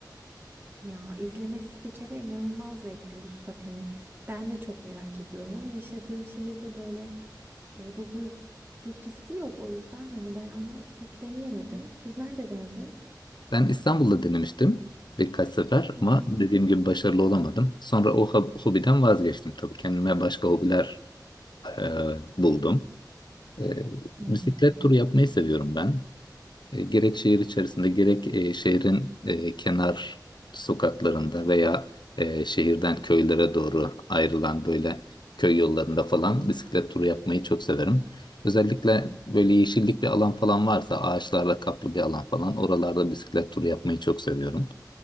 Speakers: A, on the right (about 30°); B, on the left (about 80°).
A: Ya izlemesi bir kere inanılmaz zevkli buz pateni. Ben de çok merak ediyorum ama yaşadığım şehirde böyle e, bu, bu buz pisti yok. O yüzden hani ben onu pek deneyemedim. Siz nerede denedin?
B: Ben İstanbul'da denemiştim birkaç sefer
A: Hı hı.
B: ama dediğim gibi başarılı olamadım. Sonra o hob- hobiden vazgeçtim tabii. Kendime başka hobiler e, buldum. E,
A: Hmm.
B: bisiklet turu yapmayı seviyorum ben. E, gerek şehir içerisinde gerek e, şehrin e, kenar sokaklarında veya e, şehirden köylere doğru ayrılan böyle köy yollarında falan bisiklet turu yapmayı çok severim. Özellikle böyle yeşillik bir alan falan varsa ağaçlarla kaplı bir alan falan oralarda bisiklet turu yapmayı çok seviyorum.